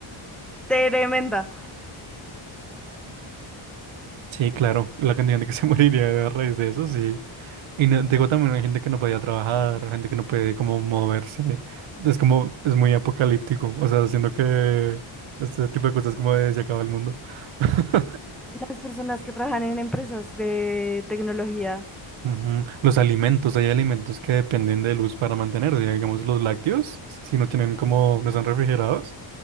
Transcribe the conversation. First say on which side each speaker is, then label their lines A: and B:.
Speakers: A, in the centre; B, on the right.
A: tremenda.
B: Sí, claro, la cantidad de gente que se <laughs> moriría a raíz de eso, sí. Y no- digo también hay gente que no podía trabajar, gente que no puede como moverse. Es como, es muy apocalíptico. O sea, siento que este tipo de cosas como de se acaba el mundo. <laughs>
A: Las personas que trabajan en empresas de tecnología,
B: Ujú. Los alimentos, hay alimentos que dependen de luz para mantenerse. Digamos, los lácteos, si no tienen como, no están refrigerados,